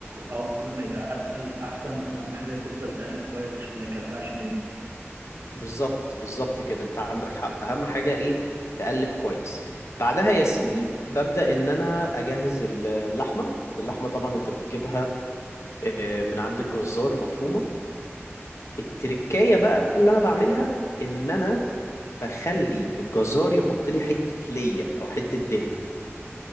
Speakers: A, on the right; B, on the left.
A: اه كل ما يبقى أتقل أحسن بس أهم حاجة تفضل تقلب كويس عشان ما يكلكعش منك
B: بالظبط بالظبط كده انت عندك حق اهم حاجة ايه تقلب كويس بعدها يا سيدي ببدأ ان انا اجهز اللحمة اللحمة طبعا انت بتجيبها آه، من عند
A: هو
B: الجزار
A: مفروض.
B: مفرومة التركاية بقى اللي انا بعملها ان انا بخلي الجزار يحط لي حتة ليا او حتة دهنة